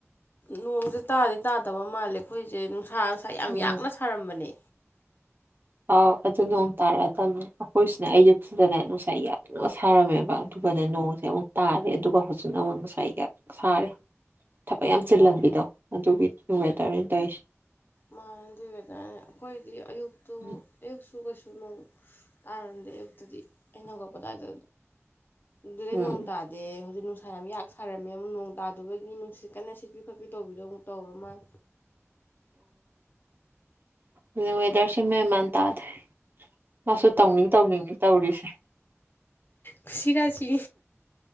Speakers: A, on the left; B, on the right.
A: ꯅꯣꯡꯁꯦ ꯇꯥꯗꯤ ꯇꯥꯗꯕ ꯃꯥꯜꯂꯦ ꯑꯩꯈꯣꯏꯁꯦ ꯅꯨꯡꯁꯥ ꯅꯨꯡꯁꯥ ꯉꯥ ꯌꯥꯝ
B: ꯎꯝ
A: ꯌꯥꯛꯅ ꯁꯥꯔꯝꯕꯅꯤ
B: ꯑꯥꯎ ꯑꯗꯨ ꯅꯣꯡ ꯇꯥꯔꯛꯑꯗꯕꯅꯤ ꯑꯩꯈꯣꯏꯁꯤꯅ ꯑꯌꯨꯛꯁꯤꯗꯅꯦ ꯅꯨꯡꯁꯥꯏ ꯌꯥꯗꯅ ꯁꯥꯔꯝꯃꯦꯕ ꯑꯗꯨꯒꯅ ꯅꯣꯡ ꯑꯃꯨꯛ ꯇꯥꯔꯦ ꯑꯗꯨꯒ ꯍꯧꯖꯤꯅ ꯑꯃꯨꯛ ꯉꯁꯥꯏꯒ ꯁꯥꯔꯦ ꯊꯕꯛ ꯌꯥꯝ ꯆꯤꯜꯍꯟꯕꯤꯗꯣ
A: ꯑꯣ
B: ꯑꯗꯨꯒꯤ ꯋꯦꯗꯔꯅꯤ ꯇꯧꯔꯤꯁꯦ
A: ꯃꯥꯅꯦ ꯑꯗꯨꯏ ꯋꯦꯗꯔ ꯑꯩꯈꯣꯏꯗꯤ ꯑꯌꯨꯛꯇꯨ
B: ꯎꯝ
A: ꯑꯌꯨꯛꯁꯨ ꯀꯩꯁꯨ ꯅꯣꯡ ꯇꯥꯔꯝꯗꯦ ꯑꯌꯨꯛꯇꯨꯗꯤ ꯑꯩꯅꯒ ꯗꯗꯣ ꯑꯗꯨꯗꯩ
B: ꯎꯝ
A: ꯅꯣꯡ ꯇꯗ ꯑꯗ ꯍꯧꯖꯤꯛ ꯅꯨꯡꯁꯥ ꯌꯥꯝ ꯌꯥꯛ ꯁꯥꯔꯝꯃꯦ ꯑꯃꯨꯛ ꯅꯣꯡ ꯇꯥꯗꯕꯒꯤ ꯅꯨꯡꯁꯤꯠ ꯀꯟꯅ ꯁꯤꯠꯄꯤ ꯈꯣꯠꯄꯤ ꯇꯧꯕꯤꯗꯣ ꯑꯃꯨꯛ ꯇꯧꯔꯨ ꯃꯥꯜ
B: ꯑꯣꯦꯗꯔꯁꯤꯞ ꯃꯦꯃꯥꯟ ꯇꯗ ꯃꯥꯁꯨ ꯇꯧꯅꯤꯡ ꯇꯧꯅꯤꯡꯉꯤ ꯇꯧꯔꯤꯁꯦ
A: ꯈꯁꯤ ꯔꯁꯤ